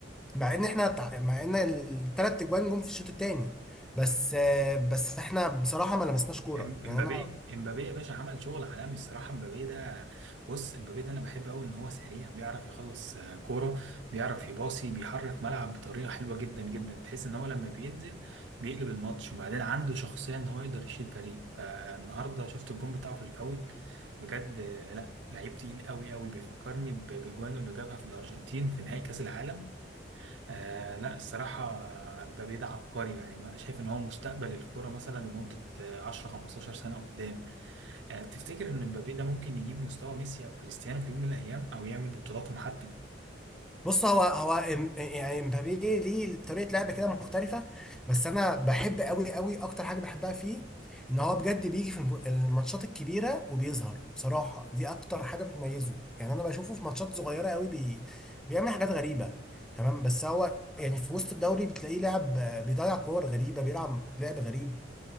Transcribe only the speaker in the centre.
مع ان احنا تع- مع ان الثلاث اجوان جم في الشوط الثاني بس آه، بس احنا بصراحه ما لمسناش كوره
يعني انا
بص هو هو إم- يعني امبابي ليه طريقه لعب كده مختلفه بس انا بحب قوي قوي اكتر حاجه بحبها فيه ان هو بجد بيجي في الم- الماتشات الكبيره وبيظهر بصراحه دي اكتر حاجه بتميزه يعني انا بشوفه في ماتشات صغيره قوي بي بيعمل حاجات غريبه تمام بس هو يعني في وسط الدوري بتلاقيه لاعب آه، بيضيع كور غريبه بيلعب لعب غريب